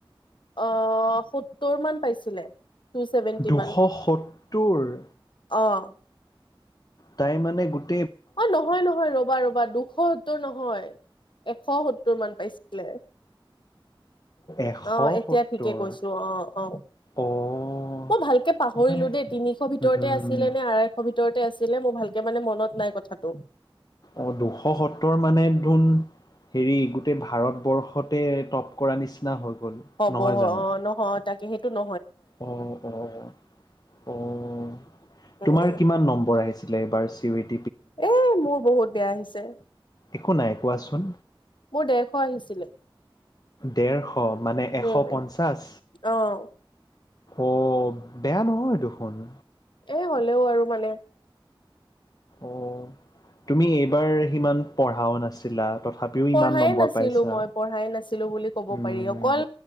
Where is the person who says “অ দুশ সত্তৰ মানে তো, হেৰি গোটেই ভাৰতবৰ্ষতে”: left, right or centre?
Left